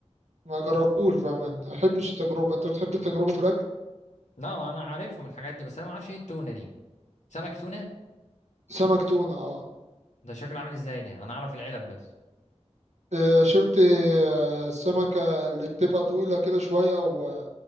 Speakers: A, on the right (about 75°); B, on the left (about 80°).
A: ما جربتوش بأمان ما بحبش التجربة أنت بتحب التجربة في الأكل
B: لا انا عارفهم الحاجات دي بس انا ما اعرفش ايه التونة دي سمك تونة
A: سمك تونة اه
B: ده شكله عامل ازاي ده انا اعرف العلب بس
A: اه، شفت اه، السمكة اللي بتبقى طويلة كده شوية و...